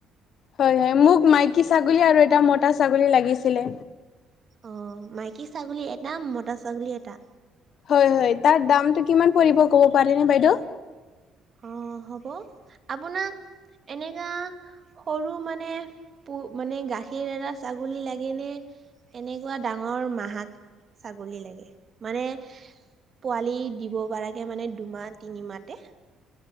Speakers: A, on the left; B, on the right.
A: হয় হয় মোক মাইকী ছাগলী আৰু এটা মটা ছাগলী লাগিছিলে।
B: অ মাইকী ছাগলী এটা মতা ছাগলী এটা।
A: হয় হয় তাৰ দামটো কিমান পৰিব ক'ব পাৰেনে বাইদেউ?
B: অ হ'ব, আপোনাক এনেকা সৰু মানে প মানে গাখীৰ এৰা ছাগলী লাগেনে এনেকুৱা ডাঙৰ মাহাক ছাগলী লাগে? মানে পোৱালি দিব পাৰাকে মানে দুমাহ তিনিমাহতে।